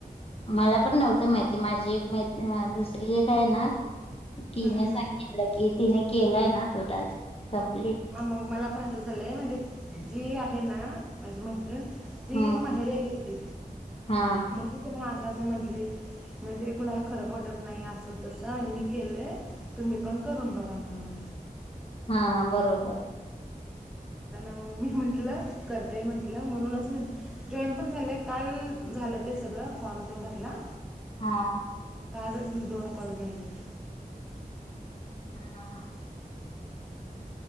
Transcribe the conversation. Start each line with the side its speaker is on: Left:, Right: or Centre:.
Left: मला पण नव्हतं माहिती माझी एक म दुसरी एक आहे ना
Centre: हम्म
Left: तिने
Centre: हम्म
Left: सांगितलं की तिने केलंय ना तो टास्क कंप्लीट
Centre: ह मग मला पण असं झालंय म्हणजे जी आहे ना माझी मैत्रिण ती
Left: हम्म
Centre: माहेरी गेलती
Left: हा
Centre: तिथे मला असं असं म्हटले म्हणजे कुणाला खरं पटत नाही असं तसं आणि मी केलं तुम्ही पण करून बघा म्हणून
Left: हा बरोबर
Centre: हम् ह म्हणता ना मग मी म्हंटलं करते म्हंटलं म्हणूनच जॉईट पण झालंय काल झालं ते सगळं फॉर्म ते भरला
Left: हा
Centre: मग आजच दोन कॉलेजले
Left: हा हा